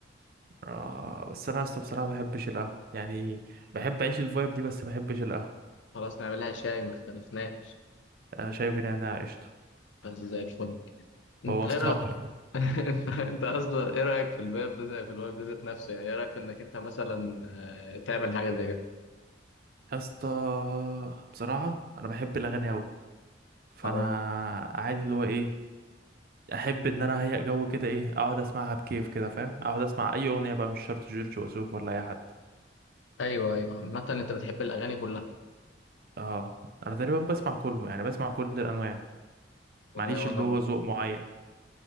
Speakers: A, on the right (about 50°); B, on the left (about 80°).
A: آه بس انا اصلا بصراحه ما بحبش القهوه يعني بحب اعيش الفايب دي بس ما بحبش القهوه
B: خلاص نعملها شاي ما اختلفناش
A: آه شايف ان انا قشطه
B: بس زي الفل انت
A: بوظتها
B: ايه رايك
A: <laughs>
B: <laughs> انت انت اصلا ايه رايك في الباب ده زي في الباب ده ذات نفسه يعني ايه رايك في انك انت مثلا آه، تعمل حاجه زي
A: يا اسطى بصراحه انا بحب الاغاني قوي فانا
B: كده
A: عادي اللي هو ايه احب ان انا اهيأ جو كده ايه اقعد اسمعها بكيف كده فاهم اقعد اسمع اي اغنيه بقى مش شرط جورج وسوف ولا اي حد
B: ايوه ايوه عامة انت بتحب الاغاني كلها
A: اه انا تقريبا بسمع كله يعني بسمع كل الانواع
B: والله
A: معليش
B: وانا
A: اللي
B: برضه
A: هو ذوق معين